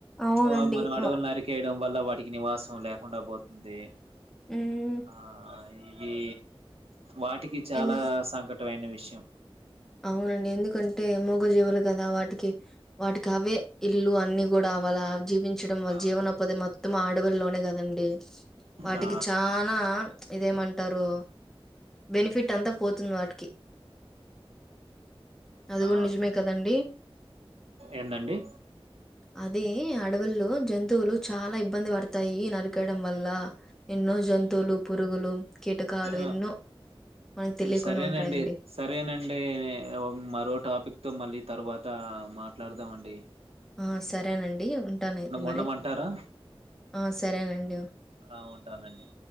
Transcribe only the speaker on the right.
ఆ మనం అడవులు
నరికేయడం వల్ల వాటికి నివాసం లేకుండా బోతుంది
ఆ ఇది వాటికి చాలా
సంఘ టవైన విషయం
ఆ
ఆ
ఆ
ఏందండి
ఆ
సరేనండి
సరేనండి ఎ మరో టాపిక్ తో మళ్ళీ తర్వాత మాట్లాడదాం అండి
ఉండమంటారా
ఆ ఉంటానండి